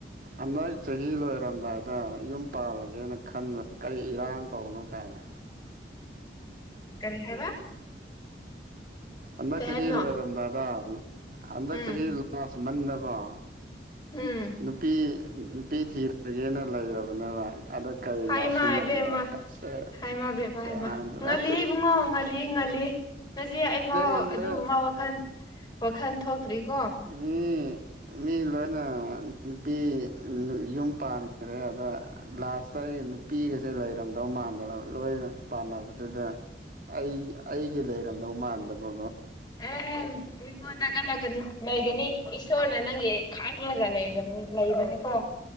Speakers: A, on the right; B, on the left.
A: ꯍꯟꯗꯛ ꯆꯍꯤ ꯂꯣꯏꯔꯝ ꯂꯣꯏꯔꯝꯗꯥꯏꯗ ꯌꯨꯝ ꯄꯥꯜꯂꯒꯦꯅ ꯈꯟꯕꯅꯤ ꯀꯔꯤ ꯏꯔꯥꯡ ꯇꯧꯅꯣ ꯀꯥꯏꯅ
B: ꯀꯔꯤ ꯍꯥꯏꯕ
A: ꯍꯟꯗꯛ
B: ꯀꯩ
A: ꯆꯍꯤ
B: ꯍꯥꯏꯕꯅꯣ
A: ꯂꯣꯏꯔꯝꯗꯥꯏꯗ ꯍꯟꯗꯛ
B: ꯎꯝ
A: ꯆꯍꯤ ꯂꯥꯁ‌ ꯃꯟꯗꯀꯣ
B: ꯎꯝ
A: ꯅꯨꯄꯤ ꯅꯨꯄꯤ ꯊꯤꯔꯒꯦꯅ ꯂꯩꯔꯕꯅꯦꯕ ꯑꯗ ꯀꯔꯤ
B: ꯍꯥꯏꯃ
A: ꯉꯥꯎꯁꯤꯟꯅꯒꯅꯣ
B: ꯏꯕꯦꯝꯃ
A: ꯀꯥꯏ ꯁꯦ
B: ꯍꯥꯏꯃ ꯕꯦꯝꯃ
A: ꯁꯦꯔꯥꯟ
B: ꯍꯥꯏꯃ
A: ꯇꯨꯔꯥꯟ
B: ꯉꯜꯂꯤ ꯏꯕꯨꯡꯉꯣ <unintelligible> ꯉꯜꯂꯤ ꯅꯆꯦ ꯑꯩꯐꯥꯎ
A: ꯉꯝꯗ꯭ꯔꯦ
B: ꯑꯗꯨꯒꯨꯝꯕ ꯋꯥꯈꯜ ꯋꯥꯈꯜ ꯊꯣꯛꯇ꯭ꯔꯤꯀꯣ
A: ꯎꯝ ꯃꯤ ꯂꯣꯏꯅ ꯅꯨꯄꯤ ꯌꯨꯝ ꯄꯥꯟꯈ꯭ꯔꯦ ꯑꯗ ꯂꯥꯁꯇ ꯑꯩ ꯅꯨꯄꯤꯒꯁꯦ ꯂꯩꯔꯝꯗꯧ ꯃꯥꯟꯗ ꯂꯣꯏꯅ ꯄꯥꯟꯅꯕꯗꯨꯗ ꯑꯩ ꯑꯩꯒꯤ ꯂꯩꯔꯝꯗꯧ ꯃꯥꯟꯗꯕ
B: ꯑꯦꯍꯝ ꯃꯤꯉꯣꯟꯗ ꯀꯠꯂꯛꯀꯅꯨ ꯂꯩꯒꯅꯤ ꯏꯁꯣꯔꯅ ꯅꯪꯒꯤ ꯈꯥꯛꯂꯒ ꯂꯩꯔꯕꯅꯦ ꯂꯩꯕꯅꯦ ꯀꯣ